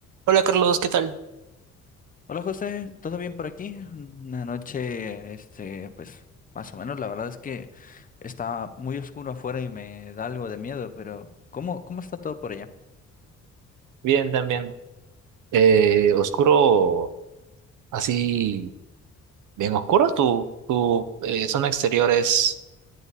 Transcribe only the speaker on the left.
Hola José, ¿todo bien por aquí? Una noche, este, pues más o menos, la verdad es que está muy oscuro afuera y me da algo de miedo, pero ¿cómo, cómo está todo por allá?